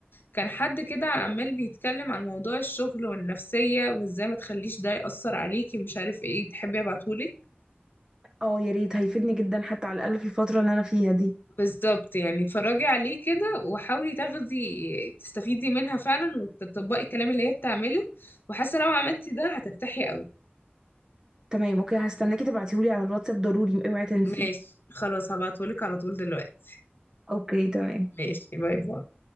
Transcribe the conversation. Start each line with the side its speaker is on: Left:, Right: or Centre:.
Left: كان حد كده عمال بيتكلم عن موضوع الشغل والنفسية وازاي ما تخليش ده يأثر عليكي مش عارف ايه تحبي ابعتهولك
Right: اه يا ريت هيفيدني جدا حتى على الاقل في الفتره اللي انا فيها دي
Left: بالظبط يعني اتفرجي عليه كده وحاولي تاخدي تستفيدي منها فعلا وتطبقي الكلام اللي هي بتعمله وحاسة لو عملتي ده هترتاحي قوي
Right: تمام اوكي هستناكي تبعتيهولي على الواتساب ضروري اوعي تنسي
Left: ماشي خلاص هبعتهولك على طول دلوقتي
Right: اوكي تمام
Left: ماشي باي باي